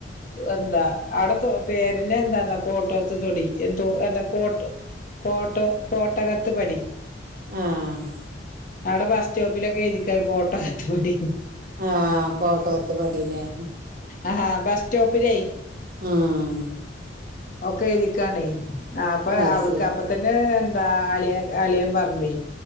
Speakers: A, on the left; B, on the right.
A: എന്താ ആടെ പേരിനെ എന്താന്നാ കോട്ടത്ത് തൊടി എന്ത എന്താ കോട്ട് കോട്ടോ കോട്ടകത്ത് പടി
B: ആഹ്
A: അവിടെ ബസ് സ്റ്റോപ്പിലൊക്കെ എഴുതിക്കാ കോട്ടകത്ത് പടീന്ന്
B: ആഹ് കോട്ടോത്ത് പടീല്ലേ
A: ആഹാ ബസ് സ്റ്റോപ്പിലേ
B: ആഹ്
A: ഒക്കെ എഴുതിക്കാണേ ആ അപ്പൊ
B: അത്
A: അവിടുക്ക്
B: ശരി
A: അപ്പ തന്നെ എന്ത് എന്താ അളിയൻ അളിയൻ പറഞ്ഞുവേ